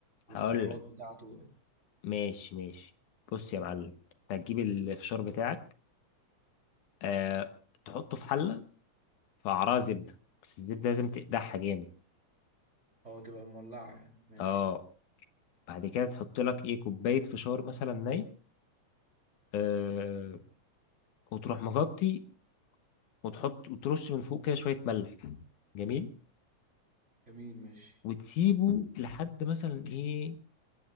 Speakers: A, on the right (about 20°); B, on the left (about 75°).
A: والبهارات
B: هقول
A: بتاعته بقى
B: ماشي ماشي بص يا معلم انت هتجيب الفشار بتاعك آه تحطه في حلة في قعرها زبدة بس الزبدة لازم تقدحها جامد
A: اه تبقى مولعة يعني ماشي
B: اه بعد كده تحط لك ايه كوباية فشار مثلا ني آه وتروح مغطي وتحط وترش من فوق كده شوية ملح جميل
A: جميل ماشي
B: وتسيبه لحد مثلا ايه